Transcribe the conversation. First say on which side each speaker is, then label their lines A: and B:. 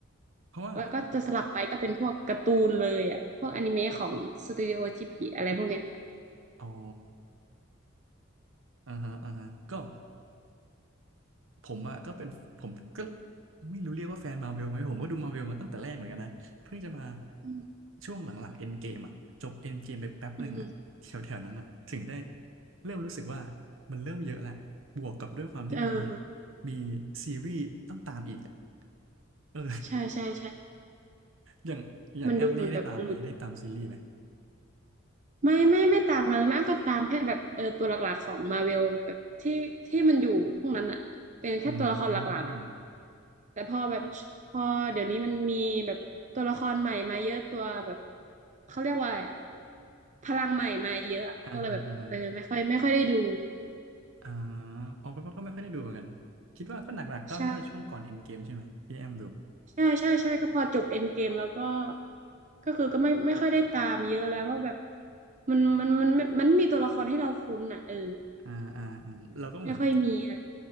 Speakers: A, on the right; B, on the right.
A: เพราะว่าเมื่อ
B: แล้วก็จะสลับไปก็เป็นพวกการ์ตูนเลยอะพวกอนิเมะของสตูดิโอจิบลิอะไรพวกเนี้ย
A: อ๋ออ่าฮะอ่าฮะ ก็ ผมอ่ะก็เป็นผมก็ไม่รู้เรียกว่าแฟนมาเวลไหมผมก็ดูมาเวลมาตั้งแต่แรกเหมือนกันนะเพิ่งจะมา
B: อืม
A: ช่วงหลังๆเอ็นเกมอ่ะจบเอ็นเกมไปแป๊บหนึ่งอ่ะแถวๆนั้นอ่ะถึงได้
B: อืมอืม
A: เริ่มรู้สึกว่ามันเริ่มเยอะแล้วบวกกับด้วยความที่มันมี
B: เออ
A: มีซีรีส์ต้องตามอีกอะเออ
B: ใช่ใช่ใช่
A: อย่างอย่างแอมนี่ได้ตามไหมได้ตามซีรีส์ไหม
B: มันดูมันแบบหลุด ไม่ไม่ไม่ตามแล้วแม่อ้ำก็ตามแค่แบบเออตัวหลักๆของมาเวลแบบที่ที่มันอยู่พวกนั้นอะเป็นแค่ตัวละครหลักๆอะ
A: อืม
B: แต่พอแบบพอเดี๋ยวนี้มันมีแบบตัวละครใหม่มาเยอะตัวแบบเขาเรียกว่าอะไรอะพลังใหม่มาเยอะก็เลยแบบเออไม่ค่อยไม่ค่อยได้ดู
A: อ่าฮะอ่าฮะอ่าออกไปก็ไม่ค่อยได้ดูเหมือนกันคิดว่าก็หนักๆก็น่าจะช่วงก่อนเอ็นเกมใช่ไหมที่แอมดู
B: ใช่ใช่ใช่ใช่ก็พอจบเอ็นเกมแล้วก็ก็คือก็ไม่ไม่ค่อยได้ตามเยอะแล้วเพราะแบบมันมันมันมันไมมีตัวละครให้เราคุ้นอ่ะเออ
A: อ่าอ่าอ่าเราก็เหมือน
B: ไม่ค่อยมีอะไร